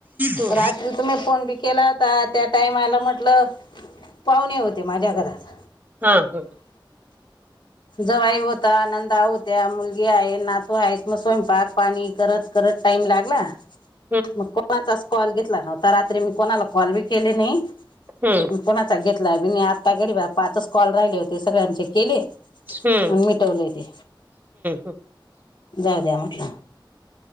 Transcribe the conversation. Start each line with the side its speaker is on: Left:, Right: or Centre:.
Right: हम्म
Left: रात्रीच मग फोन बि केला होता त्या टाइमाला म्हटलं, पाहुणे होते माझ्या घरात.
Right: हां हां.
Left: जावाई होता, नंदा होत्या, मुलगी आहे, नातू आहेत मग स्वयंपाक पाणी करत. करत टाईम लागला.
Right: <inaudible>
Left: मग कोणाचाच कॉल घेतला नव्हता, रात्री मी कोणाला कॉल बी केले नाही.
Right: हम्म.
Left: पण कोणाचा घेतला बी नाही, आता गरी माझे पाचच कॉल राहिले होते सगळ्यांचे केले.
Right: हम्म
Left: आणि मिटवलंय तेे,
Right: हम्म
Left: जाऊ द्या म्हटलं.